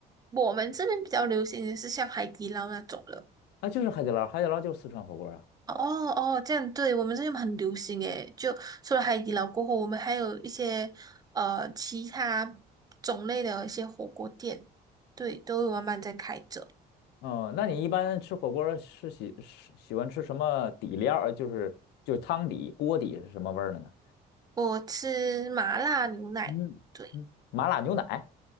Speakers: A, on the right; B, on the left.
A: 我们这边比较流行的是像海底捞那种了。
B: 啊，就是海底捞，海底捞就是四川火锅儿啊。
A: 哦哦，这样对，我们这边很流行诶。就除了海底捞过后，我们还有一些呃其他种类的一些火锅店，对，都有慢慢在开着。
B: 哦，那你一般吃火锅儿是喜是喜欢吃什么底料儿？就是就是汤底、锅底是什么味儿的呢？
A: 我吃麻辣牛奶。
B: 嗯嗯，
A: 对。
B: 麻辣牛奶，